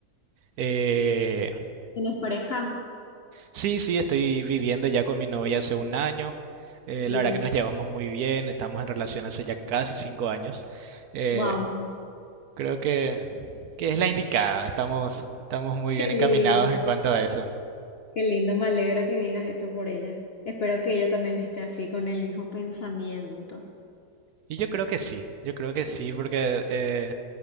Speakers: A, on the right; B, on the left.
A: Eh,
B: ¿Tienes pareja?
A: sí, sí, estoy viviendo ya con mi novia hace un año. Eh,
B: Bien.
A: la verdad que nos llevamos muy bien, estamos en relación hace ya casi cinco años. Eh,
B: Wow,
A: creo que, que es la indicada, estamos, estamos muy bien
B: Qué
A: encaminados
B: lindo.
A: en cuanto a eso.
B: Qué lindo, me alegro que digas eso por ella. Espero que ella también esté así con el mismo pensamiento.
A: Y yo creo que sí, yo creo que sí, porque eh,